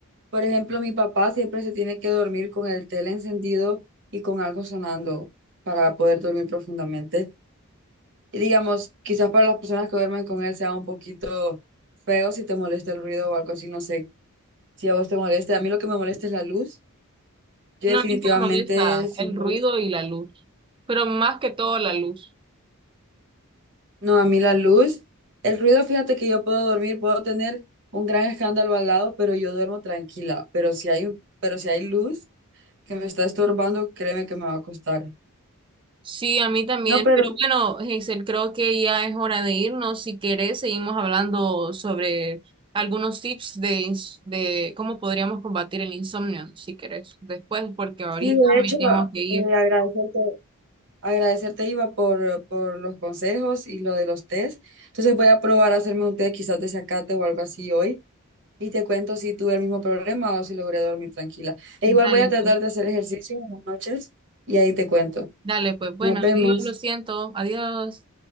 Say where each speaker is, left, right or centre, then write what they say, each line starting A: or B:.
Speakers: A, on the right; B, on the right.
A: Por ejemplo, mi papá siempre se tiene que dormir con el tele encendido y con algo sonando para poder dormir profundamente. Y digamos, quizás para las personas que duermen con él sea un poquito feo si te molesta el ruido o algo así, no sé si a vos te molesta. A mí lo que me molesta es la luz. Yo definitivamente
B: No, a mí solo me molesta
A: sin
B: el
A: luz.
B: ruido y la luz, pero más que todo la luz.
A: No, a mí la luz. El ruido, fíjate que yo puedo dormir, puedo tener un gran escándalo al lado, pero yo duermo tranquila. Pero si hay, un- pero si hay luz que me está estorbando, créeme que me va a costar.
B: Sí, a mí también,
A: No, pero
B: pero bueno, Hazel, creo que ya es hora de irnos. Si querés, seguimos hablando sobre algunos tips de, ins- de cómo podríamos combatir el insomnio, si querés, después, porque ahorita
A: sí, de hecho,
B: me tengo que ir.
A: eh, agradecerte. Agradecerte, Iva, por, por los consejos y lo de los tés. Entonces voy a probar a hacerme un té quizás de zacate o algo así hoy Y te cuento si tuve el mismo problema o si logré dormir tranquila. E
B: Dale,
A: igual voy a tratar
B: pues.
A: de hacer ejercicio en las noches y ahí te cuento.
B: Dale, pues bueno,
A: Nos vemos.
B: adiós, lo siento, adiós.